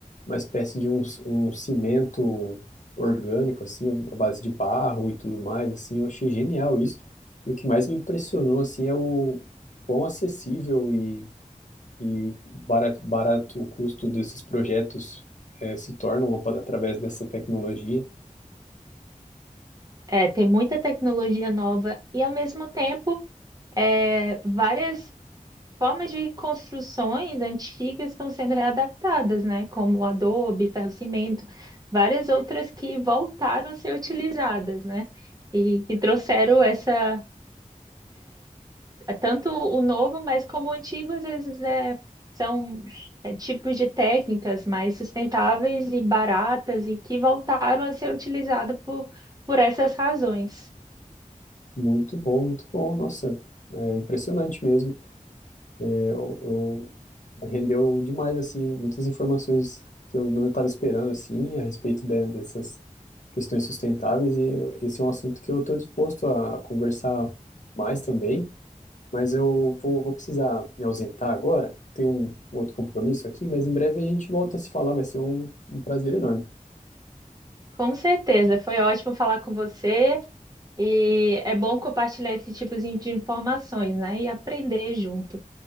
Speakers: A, on the left; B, on the right.
A: uma espécie de um, um cimento orgânico, assim, à base de barro e tudo mais, assim, eu achei genial isso. E o que mais me impressionou, assim, é o quão acessível e, e barato, barato o custo desses projetos eh, se tornam apa- através dessa tecnologia.
B: É, tem muita tecnologia nova e, ao mesmo tempo, é, várias Formas de construções antigas estão sendo readaptadas, né? Como o adobe, ferro-cimento, várias outras que voltaram a ser utilizadas, né? E que trouxeram essa, tanto o novo, mas como o antigo, às vezes é, são é, tipos de técnicas mais sustentáveis e baratas e que voltaram a ser utilizadas por, por essas razões.
A: Muito bom, muito bom, nossa, é impressionante mesmo. Eu, eu rendeu demais assim muitas informações que eu não estava esperando assim a respeito de- dessas questões sustentáveis e eu- esse é um assunto que eu estou disposto a conversar mais também, mas eu vou, vou precisar me ausentar agora. Tenho um outro compromisso aqui, mas em breve a gente volta a se falar, vai ser um um prazer enorme.
B: Com certeza, foi ótimo falar com você. E é bom compartilhar esse tipo de informações, né? E aprender junto.